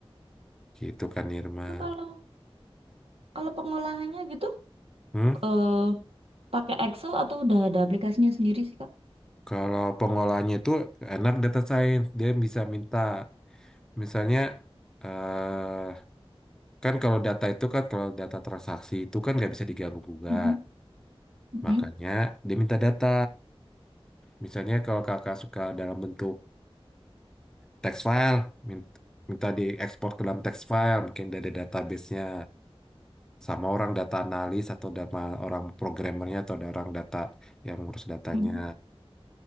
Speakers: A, in the centre; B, on the right.
A: gitu kan Irman
B: Itu kalau kalau pengolahannya gitu
A: Hmm?
B: Eh, pakai Excel atau udah ada aplikasinya sendiri sih, Kak?
A: Kalau pengolahnya itu anak data science, dia bisa minta, misalnya, eh kan kalau data itu kan, kalau data transaksi itu kan nggak bisa diganggu gugat.
B: Mhm. Mhm.
A: Makanya dia minta data. Misalnya kalau kakak suka dalam bentuk text file, min- minta diekspor ke dalam text file, mungkin dari database-nya sama orang data analis atau sama orang programmernya atau ada orang data yang ngurus datanya.
B: Mhm.